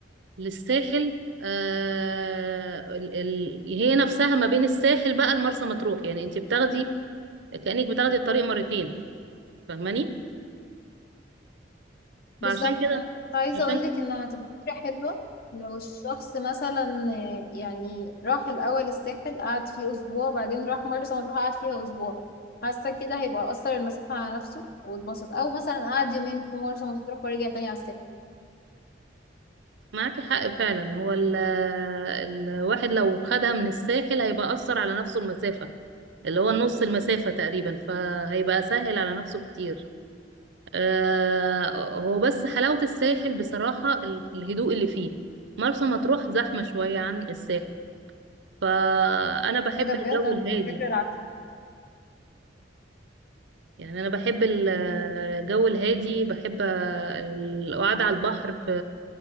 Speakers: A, on the right (about 70°); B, on the left (about 55°).
A: للساحل آه ال- ال- هي نفسها ما بين الساحل بقى لمرسى مطروح يعني انت بتاخدي كأنك بتاخدي الطريق مرتين فاهماني
B: بالظبط
A: فعشان كده
B: انا كنت عايزه
A: عشان
B: اقول لك
A: كده
B: انها هتبقى فكره حلوه لو الشخص مثلا آه، يعني راح الاول الساحل قعد فيه اسبوع بعدين راح مرسى مطروح قعد فيها اسبوع حاسه كده هيبقى اثر المسافه على نفسه واتبسط او مثلا قعد يومين في مرسى مطروح ورجع تاني على الساحل
A: معاكي حق فعلا هو ال الواحد لو خدها من الساحل هيبقى أثر على نفسه المسافة اللي هو نص المسافة تقريبا فهيبقى سهل على نفسه كتير آه هو بس حلاوة الساحل بصراحة ال- الهدوء اللي فيه مرسى مطروح زحمة شوية عن الساحل فأنا بحب
B: ايه ده بجد
A: الجو
B: انا
A: الهادي
B: كنت فاكره العكس
A: يعني أنا بحب ال- الجو
B: مم.
A: الهادي بحب القعدة على البحر في